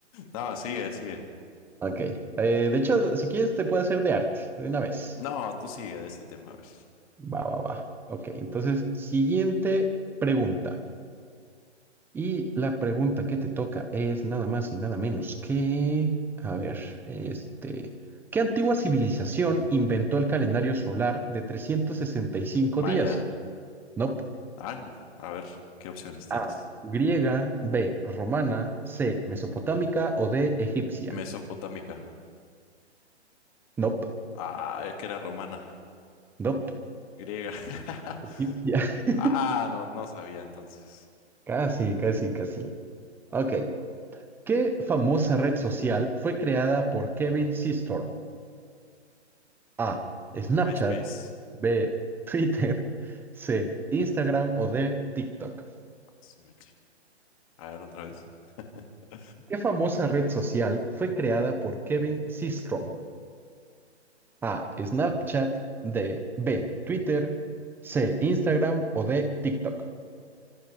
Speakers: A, on the left; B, in the centre.
A: No, sigue, sigue.
B: Ok. Eh, de hecho, si quieres te puedo hacer de arte de una vez.
A: No, tú sigue de este tema, a ver.
B: Va, va, va. Ok, entonces, siguiente pregunta. Y la pregunta que te toca es nada más y nada menos que, a ver, este, ¿qué antigua civilización inventó el calendario solar de 365
A: Maya,
B: días? No.
A: Angu, a ver, ¿qué opciones tienes?
B: A, griega, B, romana, C, mesopotámica o D, egipcia.
A: Mesopotámica.
B: Nope,
A: Ah, es que era romana,
B: nope,
A: griega. <laughs>
B: egipcia. <laughs>
A: Ah, no, no sabía entonces.
B: Casi, casi, casi. Ok. ¿Qué famosa red social fue creada por Kevin Systrom? A. Snapchat.
A: MySpace.
B: B. Twitter. C. Instagram o D. TikTok.
A: Su mecha. A ver, otra vez. <laughs>
B: ¿Qué famosa red social fue creada por Kevin Systrom? A. Snapchat. D. B. Twitter. C. Instagram o D. TikTok.